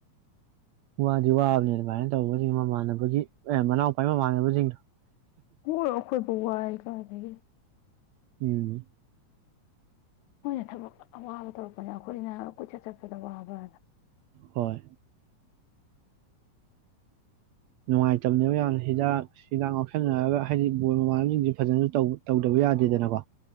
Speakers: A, on the right; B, on the left.
A: ꯋꯥꯗꯤ ꯋꯥꯕꯅꯦ ꯑꯗꯨꯃꯥꯏꯅ ꯇꯧꯕꯁꯤꯡ ꯃꯃꯥꯟꯅꯕꯒꯤ ꯑꯦ ꯃꯅꯥꯎꯄꯥꯏ ꯃꯃꯥꯟꯅꯕꯁꯤꯡꯗꯣ
B: ꯃꫭꯏ ꯑꯈꫭꯏ ꯇ ꯋꯥꯏ ꯀꯥꯏꯗꯒꯤ
A: ꯎꯝ
B: ꯃꯣꯏꯅ ꯊꯕꯛ ꯑꯋꯥꯕ ꯇꯧꯔꯛꯄꯅꯦ ꯑꯩꯈꯣꯏꯅ ꯀꯣꯏꯆꯠ ꯆꯠꯄꯗ ꯋꯥꯕ
A: ꯍꯣꯏ ꯅꯨꯡꯉꯥꯏ ꯆꯝꯅꯦꯕ ꯃꯌꯥꯝꯅ ꯍꯤꯗꯥꯛ ꯍꯤꯗꯥꯛ ꯉꯞꯁꯟꯅꯔꯒ ꯍꯥꯏꯗꯤ ꯕꯣꯏ ꯃꯃꯥꯟꯅꯕꯁꯤꯡꯁꯦ ꯐꯖꯅꯁꯨ ꯇꯧꯗꯕ ꯌꯥꯗꯦꯗꯅꯀꯣ